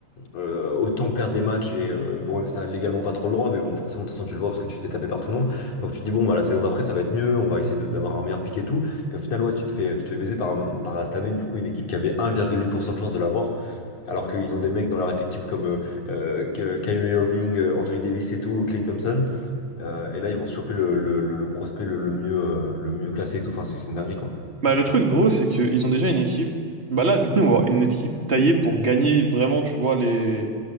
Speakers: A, on the left; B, on the right.
A: euh, autant perdre des matchs et euh, bon, ça a légalement pas trop le droit, mais bon, forcément, de toute façon, tu le vois parce que tu te fais taper par tout le monde. Donc, tu te dis, bon, bah, la saison d'après, ça va être mieux, on va essayer de- d'avoir un meilleur pic et tout. Et au final, ouais, tu te fais, tu te fais baiser par, un- par cette année, du coup, une équipe qui avait 1,8% de chance de l'avoir, alors qu'ils ont des mecs dans leur effectif comme euh, euh, Ky- Kyrie Irving, euh, Anthony Davis et tout, Klay Thompson. Euh, et là, ils vont se choper le, le, le- le prospect le, le mieux, euh, le mieux classé et tout. Enfin, c'est c'est une dinguerie, quoi.
B: Bah, le truc gros, c'est qu'ils ont déjà une équipe. Bah là, du coup, ils vont avoir une équipe taillée pour gagner vraiment, tu vois, les.